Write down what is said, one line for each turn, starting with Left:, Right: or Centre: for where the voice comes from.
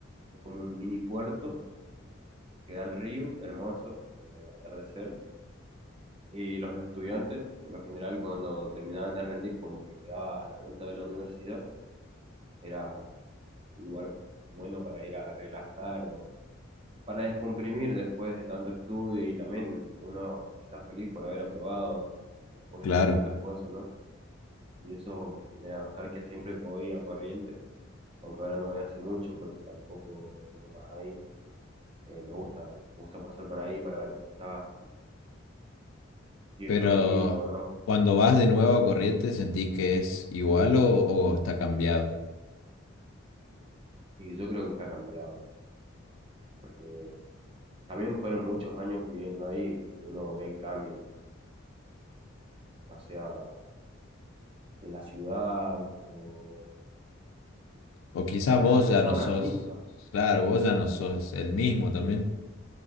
Right: es como un mini puerto que da al río, hermoso, eh, atardecer, y los estudiantes, por lo general, cuando terminaban de rendir, como que quedaba a la vuelta de la universidad, era un lugar bueno para ir a relajar o para descomprimir después de tanto estudio y también uno está feliz por haber aprobado después
Left: claro.
Right: de tanto esfuerzo, ¿no? Y eso me genera nostalgia siempre que voy a Corrientes, aunque ahora no voy hace mucho porque tampoco vivo más ahí. Eh, me gusta, me gusta pasar por ahí para ver cómo está, si sigue
Left: Pero
Right: estando lindo o no.
Left: cuando vas de nuevo a Corrientes, ¿sentís que es igual o, o está cambiado?
Right: Y yo creo que está cambiado, porque también fueron muchos años viviendo ahí, uno ve el cambio, ya sea en la ciudad o
Left: O quizás
Right: o en
Left: vos
Right: las personas
Left: ya no sos,
Right: mismas.
Left: claro, vos ya no sos el mismo también.